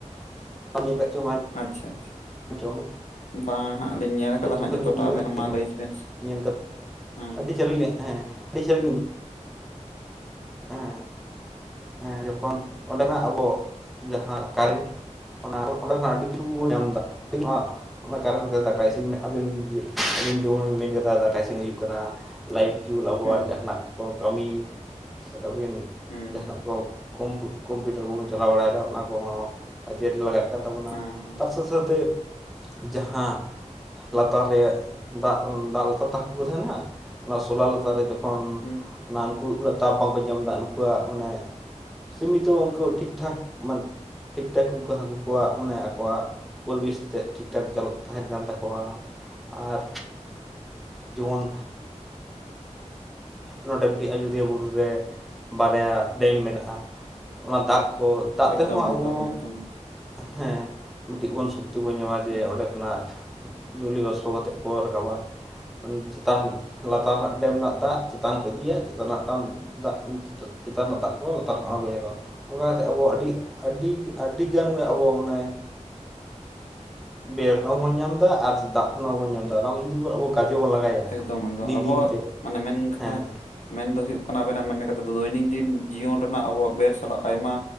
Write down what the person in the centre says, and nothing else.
ᱧᱮᱞ ᱠᱟᱜ ᱪᱚ ᱵᱟ
ᱦᱮᱸ ᱪᱚᱝ
ᱟᱹᱞᱤᱧ
ᱡᱚᱠᱷᱚᱱ
ᱞᱤᱧ ᱧᱮᱞ
ᱧᱮᱞ ᱠᱟᱛᱮ
ᱟᱹᱰᱤ ᱪᱟᱞᱩᱭ ᱦᱮᱸ, ᱟᱹᱰᱤ ᱪᱟᱞᱤᱧ ᱵᱩᱡ ᱦᱮᱸ ᱦᱮᱸ ᱡᱚᱠᱷᱚᱱ ᱚᱸᱰᱮᱱᱟᱜ ᱟᱵᱚ ᱡᱟᱦᱟᱸ ᱠᱟᱨᱮᱱᱴ ᱚᱱᱟ ᱚᱸᱰᱮ ᱫᱚ ᱦᱟᱸᱜ ᱟᱹᱰᱤ <unintelligible> ᱧᱟᱢ ᱫᱟ᱾ ᱚᱱᱟ ᱠᱟᱨᱚᱱ ᱜᱮ ᱫᱟᱠᱟ ᱤᱥᱤᱱ ᱟᱹᱵᱤᱱ <inaudible> ᱡᱮᱢᱚᱱ ᱢᱮᱱ ᱠᱮᱫᱟ ᱫᱟᱠᱟ ᱤᱥᱤᱱ ᱦᱩᱭᱩᱜ ᱠᱟᱱᱟ ᱞᱟᱭᱤᱴ ᱡᱩᱞ ᱟᱵᱚᱣᱟᱜ
ᱡᱟᱦᱟᱱᱟᱜ ᱠᱚ ᱠᱟᱹᱢᱤ ᱟᱹᱵᱤᱱ
ᱡᱟᱦᱟᱱᱟᱜ ᱠᱚ ᱠᱚᱢ ᱠᱚᱢᱯᱤᱭᱩᱴᱟᱨ ᱠᱚᱵᱚᱱ ᱪᱟᱞᱟᱣ ᱵᱟᱲᱟᱭᱮᱫᱟ ᱚᱱᱟ ᱠᱚᱦᱚᱸ ᱠᱟᱡᱮ ᱨᱮᱜᱮ ᱞᱟᱜᱟᱜ ᱠᱟᱱ ᱛᱟᱵᱚᱱᱟ᱾
ᱥᱟᱶᱛᱮ ᱡᱟᱦᱟᱸ ᱞᱟᱛᱟᱨ ᱨᱮᱜ ᱫᱟᱜ ᱩᱸ ᱫᱟᱜ ᱞᱟᱛᱟᱨ ᱛᱮ ᱦᱟᱠᱩ ᱠᱩ ᱛᱟᱦᱮᱱᱟ ᱚᱱᱟ ᱥᱳᱞᱟᱨ ᱞᱟᱛᱟᱨ ᱨᱮ ᱡᱚ ᱠᱷᱚᱱ
ᱚᱱᱟ ᱩᱱᱠᱩ ᱩᱱᱟᱹᱜ ᱛᱟᱯ ᱵᱟᱠᱩ ᱧᱟᱢ ᱫᱟ ᱩᱱᱠᱩᱣᱟᱜ ᱢᱟᱱᱮ ᱥᱤᱢᱤᱛᱚ ᱩᱱᱠᱩ ᱴᱷᱤᱠ ᱴᱷᱟᱠ ᱴᱷᱤᱠ ᱴᱷᱟᱠ ᱩᱱᱠᱩ ᱦᱟᱹᱠᱩ ᱠᱚᱣᱟᱜ ᱢᱟᱱᱮ ᱟᱠᱚᱣᱟᱜ ᱯᱚᱨᱤᱵᱮᱥ ᱛᱮᱫ ᱴᱷᱤᱠ ᱴᱷᱟᱠ ᱪᱟᱞᱟᱜ ᱛᱟᱦᱮᱱ ᱠᱟᱱ ᱛᱟᱠᱚᱣᱟ ᱟᱨ ᱡᱮᱢᱚᱱ ᱱᱚᱰᱮ ᱢᱤᱫᱴᱤᱡ ᱟᱡᱚᱫᱤᱭᱟᱹ ᱵᱩᱨᱩ ᱨᱮ ᱵᱟᱨᱭᱟ ᱰᱮᱢ ᱢᱮᱱᱟᱜᱼᱟ᱾ᱚᱱᱟ ᱫᱟᱜ ᱠᱚ ᱫᱟᱜ
ᱛᱮᱦᱚᱸ
ᱟᱵᱚ
ᱦᱮᱸ ᱢᱤᱫᱴᱤᱡ ᱵᱚᱱ ᱥᱩᱠᱛᱮ ᱵᱚᱱ ᱧᱟᱢᱟᱡᱮ
ᱚᱸᱰᱮ <unintelligible> ᱡᱩᱞᱤᱭᱚ ᱵᱟᱥᱯᱚ ᱠᱟᱛᱮᱫ ᱠᱚ ᱨᱟᱠᱟᱵᱟ᱾ ᱪᱮᱛᱟᱱ ᱞᱟᱛᱟᱨ ᱨᱮᱱᱟᱜ ᱰᱮᱢ ᱨᱮᱱᱟᱜ ᱫᱟᱜ ᱪᱮᱛᱟᱱ ᱠᱚ ᱤᱫᱤᱭᱟ ᱪᱮᱛᱟᱱ ᱨᱮᱱᱟᱜ ᱫᱟᱜ ᱫᱟᱜ ᱪᱮᱛᱟᱱ ᱨᱮᱱᱟᱜ ᱫᱟᱜ ᱠᱚ ᱞᱟᱛᱟᱨ ᱨᱮᱠᱚ ᱟᱲᱜᱩᱭᱟᱠᱚ ᱚᱱᱠᱟ ᱠᱟᱛᱮᱫ ᱟᱵᱚ ᱟᱹᱰᱤ ᱟᱹᱰᱤ ᱟᱹᱰᱤ ᱟᱹᱰᱤᱜᱟᱱ ᱜᱮ ᱟᱵᱚ ᱢᱟᱱᱮ ᱵᱮᱨ ᱵᱟᱵᱚᱱ ᱧᱟᱢ ᱫᱟ ᱟᱨ ᱫᱟᱜ ᱠᱷᱚᱱ ᱦᱚᱸ ᱵᱟᱵᱚᱱ ᱧᱟᱢ ᱫᱟ᱾ᱱᱚᱣᱟ ᱠᱚ ᱡᱩᱫᱤ ᱟᱵᱚ ᱠᱟᱡᱮ ᱵᱚᱱ ᱞᱟᱜᱟᱭᱟ᱾
ᱫᱤᱱ
ᱫᱤᱱ ᱛᱮ
ᱦᱮᱸ